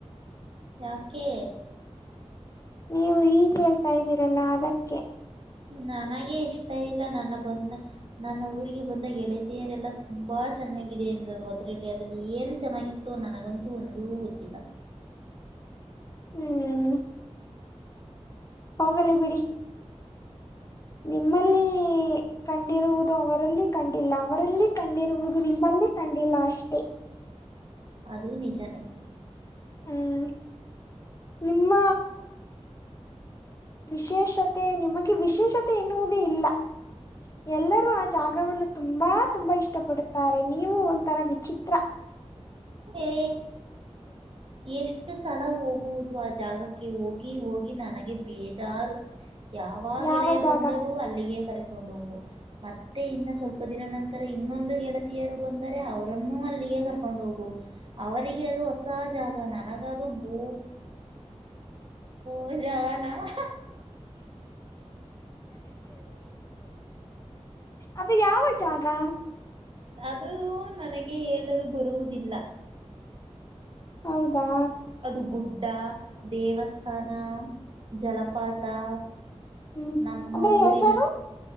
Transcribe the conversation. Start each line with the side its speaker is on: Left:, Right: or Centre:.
Right: ಯಾಕೆ.
Left: ನೀವು ಹೀಗೆ ಹೇಳ್ತಾ ಇದ್ದೀರಲ್ಲ ಅದಕ್ಕೆ.
Right: ನನಗೆೇ ಇಷ್ಟ ಇಲ್ಲ ನನ್ನ ಬಂದ. ನನ್ನ ಊರಿಗೆ ಬಂದ ಗೆಳತಿಯರೆಲ್ಲಾ ತುಂಬಾ ಚೆನ್ನಾಗಿದೆ ಎಂದರು ಅದರಲ್ಲಿ ಅದಲ್ಲಿ ಏನು ಚೆನ್ನಾಗಿ ನನಗಂತೂ ಒಂದೂ ಗೊತ್ತಿಲ್ಲಾ
Left: ಹ್ಮ್ ಹೋಗಲಿ ಬಿಡಿ ನಿಮ್ಮಲ್ಲಿ ಕಂಡಿರುವುದು ಅವರಲ್ಲಿ ಕಂಡಿಲ್ಲಾ ಅವರಲ್ಲಿ ಕಂಡಿರುವುದು ನಿಮ್ಮಲ್ಲಿ ಕಂಡಿಲ್ಲಾ ಅಷ್ಟೇ
Right: ಅದು ನಿಜಾನೇ.
Left: ಹುಂ ನಿಮ್ಮ ವಿಶೇಷತೆ ನಿಮಗೆ ವಿಶೇಷತೆ ಎನ್ನುವುದೇ ಇಲ್ಲಾ ಎಲ್ಲರೂ ಆ ಜಾಗವನ್ನು ತುಂಬಾ ತುಂಬಾ ಇಷ್ಟ ಪಡುತ್ತಾರೆ ನೀವು ಒಂಥರಾ ವಿಚಿತ್ರಾ
Right: ಏ ಎಷ್ಟು ಸಲಾ ಹೋಗುವುದು ಆ ಜಾಗಕ್ಕೆ ಹೋಗಿ ಹೋಗಿ ನನಗೆ ಬೇಜಾರು. ಯಾವಾ
Left: ಯಾವ
Right: ಗೆಳೆಯ
Left: ಜಾಗ
Right: ಬಂದರೂ ಅಲ್ಲಿಗೆ ಕರ್ಕೊಂಡು ಹೋಗು ಮತ್ತೆ ಇನ್ನು ಸ್ವಲ್ಪ ದಿನ ನಂತರ ಇನ್ನೊಂದು ಗೆಳತಿಯರು ಬಂದರೆ ಅವ್ರನ್ನು ಅಲ್ಲಿಗೆ ಕರ್ಕೊಂಡ್ ಹೋಗು. ಅವರಿಗೆ ಅದು ಹೊಸ ಜಾಗಾ ನನಗದು ಬೋ... ಓ ಜಾನಾ <inaudible>
Left: ಅದು ಯಾವ ಜಾಗಾ
Right: ಅದು ನನಗೆ ಹೇಳಲು ಬರುವುದಿಲ್ಲಾ
Left: ಹೌದಾ
Right: ಅದು ಗುಡ್ಡಾ ದೇವಸ್ಥಾನಾ ಜಲಪಾತಾ
Left: ಹ್ಮ್
Right: ನಮ್ಮ
Left: ಅದ್ರ
Right: ಊರಿನ
Left: ಹೆಸರು